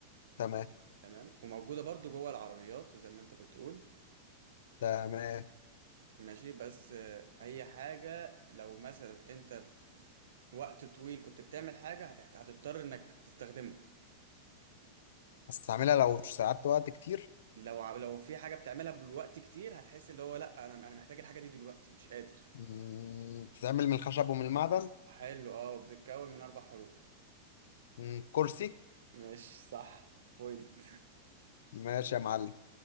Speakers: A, on the left; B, on the right.
A: تمام
B: تمام وموجودة برضو جوه العربيات زي ما انت بتقول
A: تمام
B: ماشي بس آه، هي حاجة لو مثلا انت وقت طويل كنت بتعمل حاجة هتحت... هتضطر انك تستخدمه
A: هستعملها لو قعدت وقت كتير
B: لو ع- لو في حاجة بتعملها بالوقت كتير هتحس اللي هو لا انا انا محتاج الحاجة دي دلوقتي مش قادر
A: مم، بتتعمل من الخشب ومن المعدن
B: حلو اه بتتكون من اربع حروف
A: مم، كرسي
B: ماشي صح بوينت
A: ماشي يا معلم